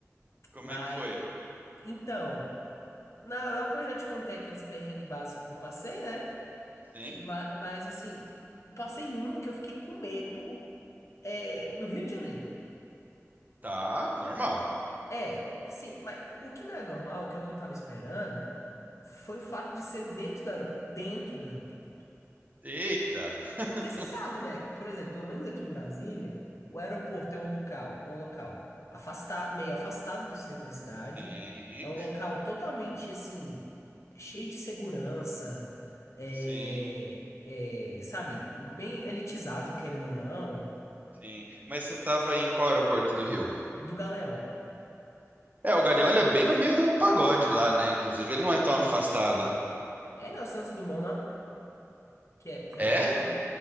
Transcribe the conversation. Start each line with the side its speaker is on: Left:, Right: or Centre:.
Right: Como
Left: Mas,
Right: é que foi?
Left: então, na Europa eu já te contei aqueles perrengues básicos que eu passei, né?
Right: Sim?
Left: Mas, mas assim, passei um que eu fiquei com medo é, no Rio de Janeiro.
Right: Tá, normal.
Left: É, sim, mas o que não é normal, que eu não tava esperando, foi o fato de ser dentro do aeroporto, dentro do aeroporto.
Right: Eita. <laughs>
Left: Porque você sabe, né? Por exemplo, pelo menos aqui em Brasília, o aeroporto é um local, é um local afastado, meio afastado do centro da cidade.
Right: Sim,
Left: É um local totalmente assim, cheio de segurança, é,
Right: sim,
Left: é, sabe, bem elitizado, querendo ou não,
Right: sim. Mas você tava em qual aeroporto do Rio?
Left: do Galeão.
Right: É, o Galeão, ele é bem no meio do pagode lá, né? Inclusive, ele não é tão afastado.
Left: É, né? O Santos Dumont, não? Que é, que é
Right: É?
Left: no meio?